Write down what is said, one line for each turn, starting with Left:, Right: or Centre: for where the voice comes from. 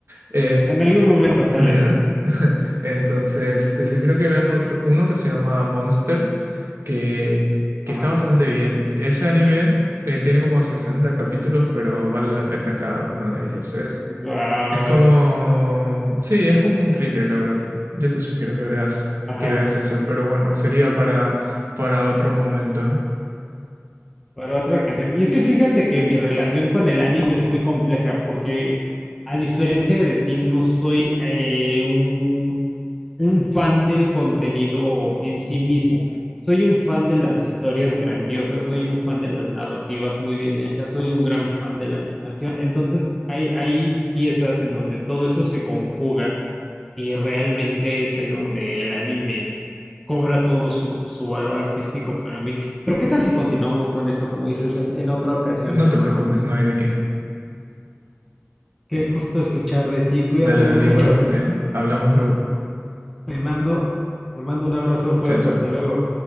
Right: Eh,
Centre: En algún momento sale.
Right: ajá. <laughs> Entonces, te sugiero que veas otro, uno que se llama Monster, que,
Centre: Ajá.
Right: que está bastante bien. Ese anime eh, tiene como 60 capítulos, pero vale la pena cada uno de ellos. Es,
Centre: Wow.
Right: es como, sí, es como un thriller, la verdad. Yo te sugiero que veas,
Centre: Ajá.
Right: que veas eso, pero bueno, sería para, para otro momento.
Centre: Para otra ocasión. Y es que fíjate que mi relación con el anime es muy compleja porque a diferencia de ti no soy eh, un, un fan del contenido en sí mismo. Soy un fan de las historias grandiosas, soy un fan de las narrativas muy bien hechas, soy un gran fan de la animación. Entonces hay, hay piezas en donde todo eso se conjuga Y realmente es ahí donde el anime cobra todo su, su valor artístico para mí. Pero ¿qué tal si continuamos con esto, como dices, en, en otra ocasión,
Right: No
Centre: mi hermano?
Right: te preocupes, no hay de qué.
Centre: Qué gusto escuchar de ti. Cuídate
Right: Dale, dale,
Centre: mucho.
Right: igualmente, ¿eh? Hablamos luego.
Centre: Te mando, te mando un abrazo fuerte.
Right: Chao, chao.
Centre: Hasta luego.